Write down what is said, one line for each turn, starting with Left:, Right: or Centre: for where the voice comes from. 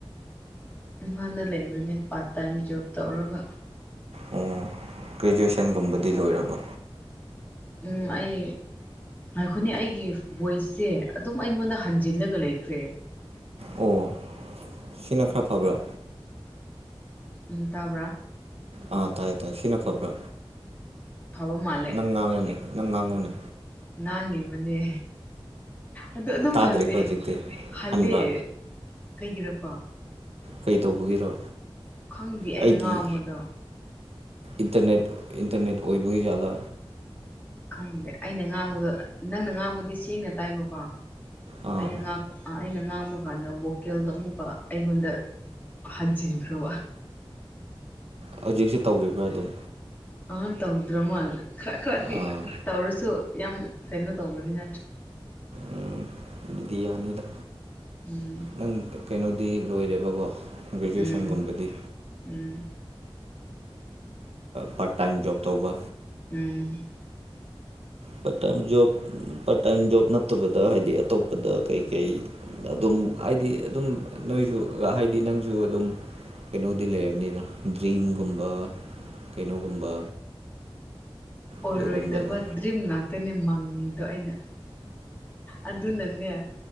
Left: ꯏꯝꯐꯥꯜꯗ ꯂꯩꯕꯅꯦ ꯄꯥꯔꯠ ꯇꯥꯏꯝ ꯖꯣꯕ ꯇꯧꯔꯒ
Right: ꯑꯣ ꯒ꯭ꯔꯦꯖꯨꯋꯦꯁꯟꯒꯨꯝꯕꯗꯤ ꯂꯣꯏꯔꯕ
Left: ꯎꯝ ꯑꯩ ꯑꯩꯈꯣꯏꯅꯦ ꯑꯩꯒꯤ ꯚꯣꯏꯁꯁꯦ ꯑꯗꯨꯝ ꯑꯩꯉꯣꯟꯗ ꯍꯟꯖꯤꯜꯂꯒ ꯂꯩꯈ꯭ꯔꯦ
Right: ꯑꯣ ꯁꯤꯅ ꯈꯔ ꯐꯕ꯭ꯔꯥ
Left: ꯎꯝ ꯇꯥꯕ꯭ꯔꯥ
Right: ꯑꯥ ꯇꯥꯏꯌꯦ ꯇꯥꯏ ꯁꯤꯅ ꯐꯕ꯭ꯔꯥ
Left: ꯐꯕ ꯃꯥꯜꯂꯦ
Right: ꯅꯪ ꯉꯥꯡꯉꯨꯅꯦ ꯅꯪꯉꯥꯡꯉꯨꯅꯦ
Left: ꯉꯥꯡꯉꯤꯕꯅꯦ ꯑꯗꯣ ꯑꯗꯨꯝ
Right: ꯇꯥꯗ꯭ꯔꯦꯀꯣ
Left: ꯍꯜꯂꯦ
Right: ꯍꯧꯖꯤꯛꯇꯤ
Left: ꯍꯜꯂꯦ
Right: ꯍꯟꯕ꯭ꯔꯥ
Left: ꯀꯩꯒꯤꯔꯀꯣ
Right: ꯀꯩ ꯇꯧꯕꯒꯤꯔꯣ
Left: ꯈꯪꯗꯦ ꯑꯩꯅ
Right: ꯑꯩꯒꯤ
Left: ꯉꯥꯡꯕꯗꯣ
Right: ꯏꯟꯇꯔꯅꯦꯠ ꯏꯟꯇꯔꯅꯦꯠ ꯑꯣꯏꯕꯒꯤ ꯖꯠꯂꯥ
Left: ꯈꯪꯗꯦ ꯑꯩꯅ ꯉꯥꯡꯕꯗꯣ ꯅꯪꯅ ꯉꯥꯡꯕꯗꯤ ꯁꯦꯡꯅ ꯇꯥꯏꯕꯀꯣ
Right: ꯑꯥ
Left: ꯑꯩꯅ ꯉꯄ ꯑꯩꯅ ꯉꯥꯡꯕ ꯀꯥꯟꯗ ꯚꯣꯀꯦꯜꯗꯣ ꯑꯃꯨꯛꯀ ꯑꯩꯉꯣꯟꯗ ꯍꯟꯖꯤꯟꯈ꯭ꯔꯣ
Right: ꯍꯧꯖꯤꯛꯁꯤ ꯇꯧꯔꯤꯕ꯭ꯔꯥ ꯑꯗꯨꯝ
Left: ꯑ ꯇꯧꯗ꯭ꯔꯣꯃꯜꯂ ꯈ꯭ꯔ ꯈ꯭ꯔꯗꯤ
Right: ꯑꯥ
Left: ꯇꯧꯔꯁꯨ ꯌꯥꯝ ꯀꯩꯅꯣ ꯇꯧꯕꯗꯤ ꯅꯠꯇ꯭ꯔꯦ
Right: ꯎꯝ ꯑꯗꯨꯗꯤ ꯌꯥꯅꯤꯗ
Left: ꯎꯝ
Right: ꯅꯪ ꯀꯩꯅꯣꯗꯤ ꯂꯣꯏꯔꯦꯕꯀꯣ ꯒ꯭ꯔꯦꯖꯨꯑꯦꯁꯟꯒꯨꯝꯕꯗꯤ
Left: ꯎꯝ ꯎꯝ
Right: ꯄꯔꯠ ꯇꯥꯏꯝ ꯖꯣꯕ ꯇꯧꯕ
Left: ꯎꯝ
Right: part time job part time job ꯅꯠꯇꯕꯗ ꯍꯥꯏꯗꯤ ꯑꯇꯣꯞꯄꯗ ꯀꯩꯀꯩ ꯑꯗꯨꯝ ꯍꯥꯏꯗꯤ ꯑꯗꯨꯝ ꯅꯣꯏꯁꯨ ꯍꯥꯏꯗꯤ ꯅꯪꯁꯨ ꯑꯗꯨꯝ ꯀꯩꯅꯣꯗꯤ ꯂꯩꯔꯝꯅꯤꯅ ꯗ꯭ꯔꯤꯝꯒꯨꯝꯕ ꯀꯩꯅꯣꯒꯨꯝꯕ
Left: ꯑꯣꯏꯔꯣꯏꯗꯕ
Right: ꯑꯗꯨꯒꯨꯝꯕꯗꯣ
Left: ꯗ꯭ꯔꯤꯝ ꯉꯥꯛꯇꯅꯦ ꯃꯪꯉꯤꯗꯣ ꯑꯩꯅ ꯑꯗꯨꯅꯅꯦ